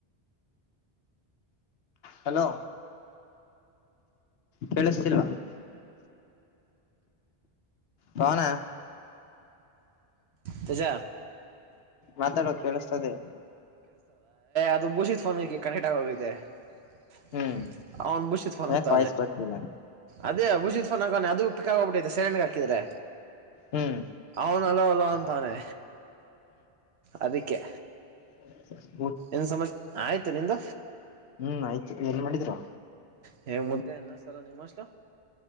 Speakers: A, on the left; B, on the right.
A: ಹಲೋ ಕೇಳಿಸ್ತಿಲ್ಲ ಪವನ
B: ತೇಜ
A: ಮಾತಾಡೋ ಕೇಳಸ್ತದೆ
B: ಅದು ಭೂಷಿದತ್ ಫೋನ್ ಕನೆಕ್ಟ್ ಆಗ ಹೋಗತೆ <unintelligible>
A: ಹ್ಮ್
B: ಅವನು ಬಸತ್ಫೋನ್ <unintelligible> ಹಕ್ತಾವಾನೇ
A: ಯಾಕ್ ವಾಯ್ಸ್ ಬರ್ತಿಲ್ಲ
B: ಅದೇ ಉುಷಿತ್ <unintelligible> ಫೋನ್ ಹಾಕಾನೆ ಅದು ಪಿಕ್ ಆಗೋಗ್ಬಿಟ್ಟೈತೆ ಸೆರಣಂಡಗೆ ಹಾಕಿದ್ರೆ
A: ಹ್ಮ್
B: ಅವನ ಅಲ್ಲೋ ಅಲೋ ಅಂತವಾನೆ ಅದಕ್ಕೆ
A: ಹ <unintelligible>
B: ಇನ್ ಸಮಾಚಾರ ಆಯ್ತು ನಿಂದ
A: ಹ್ಮ್ ಆಯ್ತು ಏನ್ ಮಾಡಿದ್ರು
B: ಹೇ ಮುದ್ದೆ ಎನ್ನ ಸರ ನಿಮ್ಮಷ್ಟಲ